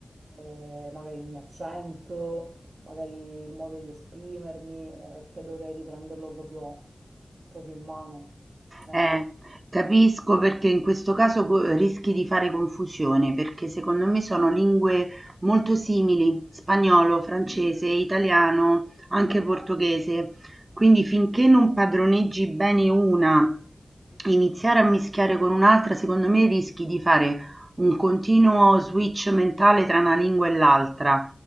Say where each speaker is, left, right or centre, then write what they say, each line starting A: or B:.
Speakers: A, on the right; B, on the right.
A: eh, magari il mio accento, magari il modo di esprimermi, eh, perché dovrei riprenderlo proprio, proprio in mano. Eh.
B: eh, capisco perché in questo caso co- rischi di fare confusione, perché secondo me sono lingue molto simili, spagnolo, francese, italiano, anche portoghese. Quindi finché non padroneggi bene una, iniziare a mischiare con un'altra, secondo me rischi di fare un continuo switch mentale tra una lingua e l'altra.